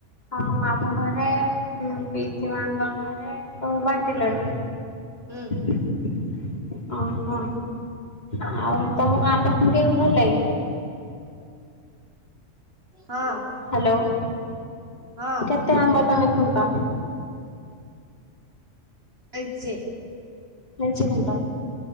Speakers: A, on the left (about 30°); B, on the right (about 50°).
A: ଆ ମାମୁଁ ଘରେ ପିଇସୀ <unintelligible> ଘରେ ସବୁ ବାଣ୍ଟିଲଣି?
B: ହୁଁ
A: <inaudible> ଓହୋ ଆଉ ତମ ଆମ୍ବ ଖୁଟି ଭଲ ଲାଗେ?
B: ହଁ
A: ହ୍ୟାଲୋ
B: ହଁ।
A: କେତେ ଆମ୍ବ ତମେ ଖୁଣ୍ଟ।
B: ମେଞ୍ଚେ।
A: ମେଞ୍ଚେ କୁଣ୍ଟ